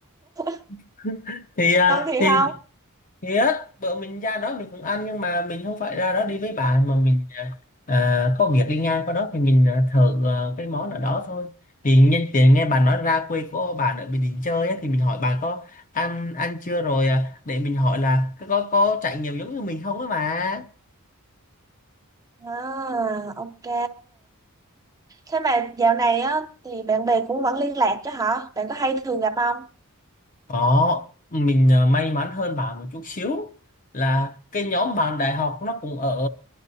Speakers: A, on the right; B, on the left.
A: <laughs>
B: <laughs> thì à,
A: ngon thiệt
B: thì
A: không
B: Thiệt, bữa mình ra đó mình cũng ăn nhưng mà mình không phải ra đó đi với bạn mà mình à, có việc đi ngang qua đó thì mình à, thử à, cái món ở đó thôi. Thì nhân tiện nghe bạn nói ra quê của bạn ở Bình Định chơi á, thì mình hỏi bạn có ăn ăn chưa rồi à, để mình hỏi là có có có trải nghiệm giống như mình không á mà.
A: à ok thế mà dạo này á thì bạn bè cũng vẫn liên lạc chứ hả bạn có hay thường gặp không
B: Có, mình à, may mắn hơn bạn một chút xíu là cái nhóm bạn đại học nó cũng ở